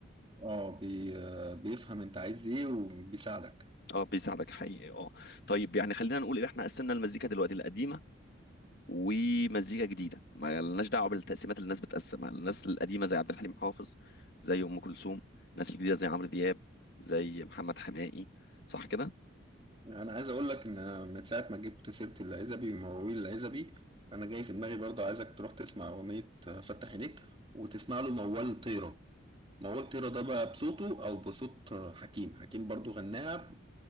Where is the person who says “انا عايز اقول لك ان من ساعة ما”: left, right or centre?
Right